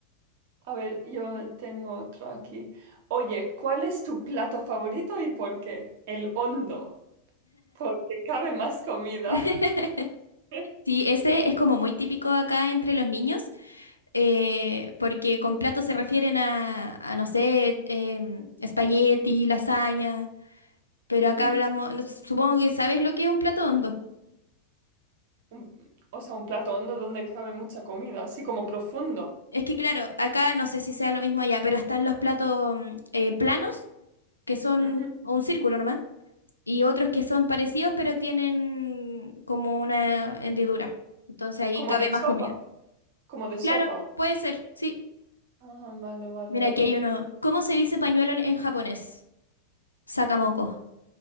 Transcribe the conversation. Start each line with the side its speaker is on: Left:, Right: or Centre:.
Right: A ver, yo tengo otro aquí. Oye, ¿cuál es tu plato favorito y por qué? El hondo, porque cabe más comida.
Left: <laughs>
Right: <laughs>
Left: Sí, ese es como muy típico acá entre los niños, eh, porque con plato se refieren a, a, no sé, em, espagueti, lasaña, pero acá
Right: Ujú.
Left: hablamos, no- supongo que sabes lo que es un plato hondo.
Right: un- o sea, un plato hondo donde cabe mucha comida, así como profundo,
Left: Es que claro, acá no sé si sea lo mismo allá, pero están los platos mm, eh, planos, que son
Right: Ujú.
Left: un círculo nomás, y otros que son parecidos, pero tienen como una hendidura. Entonces ahí
Right: Como
Left: cabe
Right: de
Left: más
Right: sopa,
Left: comida.
Right: como de sopa.
Left: Claro, puede ser, sí.
Right: Ah, vale, vale,
Left: Mira,
Right: vale.
Left: aquí hay uno. ¿Cómo se dice pañuelo en en japonés? Sakamoto.